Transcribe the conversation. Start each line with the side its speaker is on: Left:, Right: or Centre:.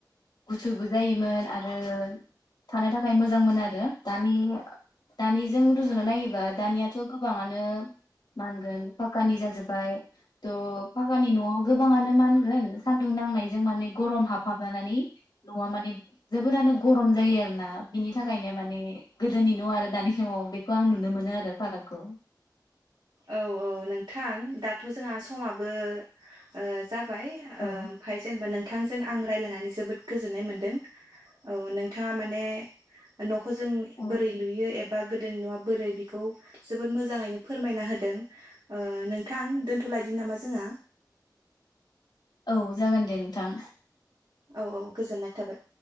Left: गुसुबो जायोमोन आरो थानो थाखाय मोजांमोन आरो दानि दानिजों रुजुना नायोबा दानियाथ' गोबाङानो मा होनगोन पाकानि जाजोबबाय त' पाकानि न'आव गोबाङानो मा होनगोन सानदुं नांनायजों माने गरम हाबहाबनानै न'आ माने जोबोरानो गरम जायो आरोना बिनि थाखायनो माने गोदोनि न' आरो दानि न'आव बेखौ आं नुनो मोनो आरो फारागखौ
Right: औ औ नोंथां दाथ' जोंहा समाबो ओ जा बाय ओ
Left: औ
Right: ओमफ्राय जेनेबा नोंथांजों आं रायलायनानै जोबोद गोजोननाय मोनदों औ नोंथाङा माने नख जों
Left: औ
Right: बोरै लुयो एबा गोदोनि न'आ बोरै बेखौ जोबोद मोजाङैनो फोरमायना होदों ओ नोंथां दोनथ'लायदिनि नामा जोंहा
Left: औ जागोन दे नोंथां
Right: औ औ गोजोननाय थाबाय